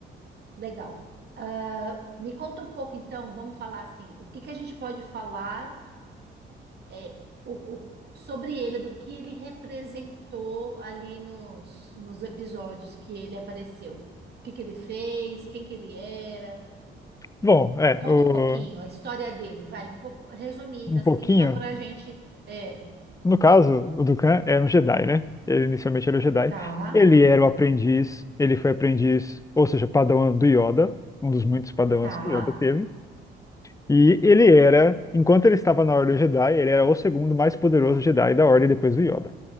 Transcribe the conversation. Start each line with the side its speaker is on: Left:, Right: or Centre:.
Right: Legal. Ah, me conta um pouco, então, vamos falar assim, o que que a gente pode falar é, o- o- sobre ele, do que ele representou ali nos, nos episódios que ele apareceu. O que que ele fez, quem que ele era.
Left: Bom, é,
Right: Conta
Left: o,
Right: um pouquinho a história dele, vai, um pouco resumida,
Left: um pouquinho.
Right: assim, só para a gente... É,
Left: No caso, o Dukan era um Jedi, né? Ele inicialmente era um Jedi.
Right: tá,
Left: Ele era o aprendiz, ele foi aprendiz, ou seja, padawan do Yoda, um dos muitos padawans
Right: tá,
Left: que Yoda teve. E ele era, enquanto ele estava na Ordem Jedi, ele era o segundo mais poderoso Jedi da Ordem depois do Yoda.